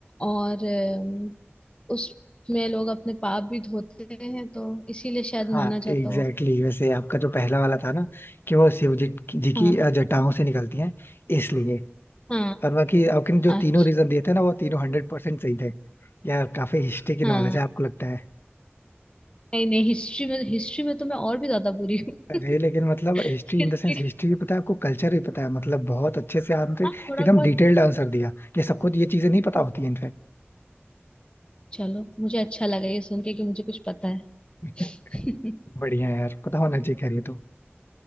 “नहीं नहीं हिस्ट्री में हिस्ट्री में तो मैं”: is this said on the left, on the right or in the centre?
Left